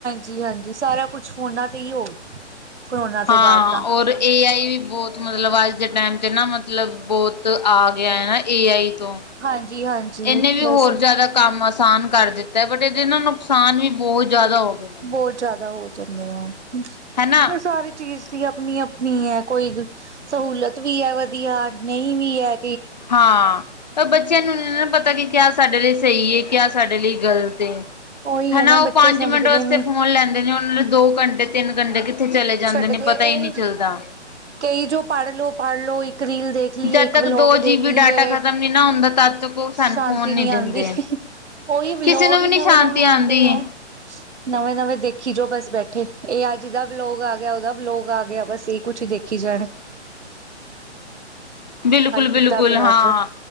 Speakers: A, on the right (about 70°); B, on the left (about 35°).
A: ਜੀ ਹਾਂਜੀ, ਸਾਰਾ ਕੁਛ ਫੋਨਾਂ ਤੇ ਹੀ ਹੋ ਗਿਆ। ਕਰੋਨਾ ਤੋਂ
B: ਹਾਂ,
A: ਬਾਅਦ ਤਾਂ
B: ਔਰ ਏਆਈ ਵੀ ਬਹੁਤ ਮਤਲਬ ਅੱਜ ਦੇ ਟਾਈਮ 'ਤੇ ਨਾ ਮਤਲਬ ਬਹੁਤ ਆ ਗਿਆ ਹੈਨਾ, ਏਆਈ ਤੋਂ
A: ਹਾਂਜੀ-ਹਾਂਜੀ,
B: ਇਹਨੇ ਵੀ
A: ਬਸ
B: ਹੋਰ ਜ਼ਿਆਦਾ ਕੰਮ ਆਸਾਨ ਕਰ ਦਿੱਤਾ ਬਟ, ਏਦੇ ਨਾ ਨੁਕਸਾਨ ਵੀ ਬਓਤ ਜਾਦਾ ਹੋ ਗਿਆ।
A: ਬੋਤ ਜਾਦਾ ਹੋ ਜਾਂਦੇ ਆ,
B: ਹੈਨਾ
A: ਪਰ ਸਾਰੀ ਚੀਜ਼ ਅਪਨੀ-ਅਪਨੀ ਏ ਕੋਈ ਸਹੂਲਤ ਵੀ ਏ ਵਧੀਆ ਨਈ ਵੀ ਐ।
B: ਹਾਂ, ਪਰ ਬੱਚਿਆਂ ਨੂੰ ਨਾ ਪਤਾ ਕਿ ਕਿਆ ਸਾਡੇ ਲਈ ਸਹੀ ਏ ਕਿਆ ਸਾਡੇ ਲਈ ਗਲਤ ਏ
A: ਉਹੀ
B: ਹੈਨਾ,
A: ਹੈ ਨਾ
B: ਓ
A: ਬੱਚੇ
B: ਪੰਜ
A: ਸਮਝਦੇ
B: ਮਿੰਟ ਵਾਸਤੇ
A: ਨੀ
B: ਫੋਨ ਲੈਂਦੇ ਨੇ ਓਨਾਂ ਨੂੰ ਦੋ ਘੰਟੇ ਤਿੰਨ ਘੰਟੇ ਕਿੱਥੇ ਚਲੇ ਜਾਂਦੇ
A: ਛੱਡਦੇ
B: ਨੇ ਪਤਾ
A: ਨਹੀਂ
B: ਹੀ ਨਈ ਚੱਲਦਾ।
A: ਕਈ ਜੋ ਪੜ ਲੋ, ਪੜ ਲੋ ਇੱਕ ਰੀਲ ਦੇਖ ਦੇਖ ਲਈਏ
B: ਜਦ
A: ਇੱਕ
B: ਤੱਕ
A: ਵਲੋਗ
B: ਦੋ ਜੀ
A: ਦੇਖ
B: ਬੀ
A: ਲਈਏ,
B: ਡਾਟਾ ਖਤਮ ਨੀ ਨਾ ਹੁੰਦਾ ਤਦ ਤੱਕ ਉਹ ਸਾਨੂੰ
A: ਸ਼ਾਂਤੀ
B: ਫੋਨ
A: ਨੀ
B: ਦਿੰਦੇ।
A: ਆਂਦੀ। ਓਈ ਵਲੋਗ
B: ਕਿਸੇ ਨੂੰ ਵੀ ਨੀ
A: ਨਵੇਂ-ਨਵੇਂ
B: ਸ਼ਾਂਤੀ
A: ਆਂਦੇ
B: ਆਂਦੀ।
A: ਐ। ਨਵੇਂ-ਨਵੇਂ ਦੇਖੀ ਜੋ ਬਸ ਬੈਠੇ ਇਹ ਅੱਜ ਦਾ ਲੋਗ ਆ ਗਿਆ, ਓਦਾ ਵਲੋਗ ਆ ਗਿਆ ਬਸ, ਏਹੀ ਕੁਛ ਦੇਖੀ ਜਾਣਾ।
B: ਬਿਲਕੁਲ-ਬਿਲਕੁਲ,
A: ਕੀਤਾ ਪਿਆ
B: ਹਾਂ।
A: ਅੱਜ